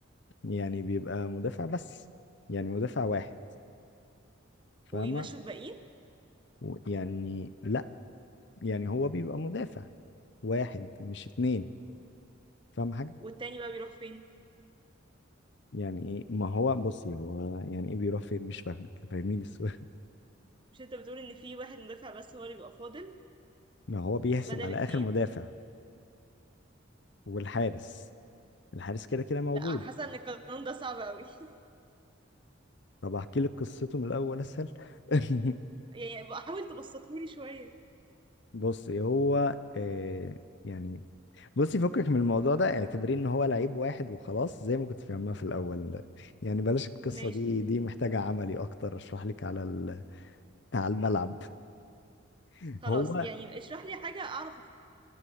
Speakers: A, on the left; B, on the right.
A: يعني بيبقى مدافع بس يعني مدافع واحد فاهمه
B: ويمشوا الباقيين
A: و- يعني لا يعني هو بيبقى مدافع واحد مش اتنين فاهم حاجه
B: والتاني بقى بيروح فين
A: يعني ايه ما هو بصي هو يعني ايه بيروح فين مش فاهمك فاهميني السؤال
B: مش انت بتقول ان في واحد مدافع بس هو اللي بيبقى فاضل
A: <laughs> ما هو بيحسب
B: بدل
A: على
B: اتنين
A: اخر مدافع والحارس الحارس كده كده موجود
B: لا انا حاسه ان القانون ده صعب قوي <laughs>
A: طب احكي لك قصته من الاول اسهل <laughs>
B: يعني بقى حاول تبسطهولي شويه
A: بصي هو آه يعني بصي فكك من الموضوع ده اعتبريه ان هو لعيب واحد وخلاص زي ما كنت فاهمها في الاول يعني بلاش القصة
B: ماشي
A: دي دي محتاجة عملي اكتر اشرح لك على ال... على الملعب <laughs>
B: خلاص
A: هو
B: يعني اشرح لي حاجه اعرف افهمها